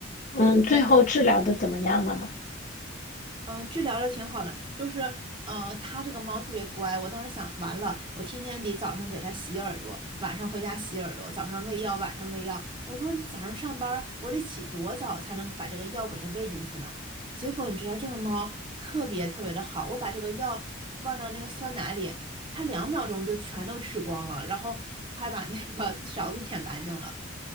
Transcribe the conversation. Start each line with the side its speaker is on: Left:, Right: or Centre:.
Left: 嗯，最后治疗的怎么样了嘛？
Right: 嗯，治疗的挺好的，就是呃，它这个猫特别乖。我当时想，完了，我天天得早上给它洗耳朵，晚上回家洗耳朵，早上喂药，晚上喂药。我说你早上上班，我得起多早才能把这个药给它喂进去呢？结果你知道这个猫特别特别的好，我把这个药放到那个酸奶里，它两秒钟就全都吃光了，然后还把那个勺子舔干净了。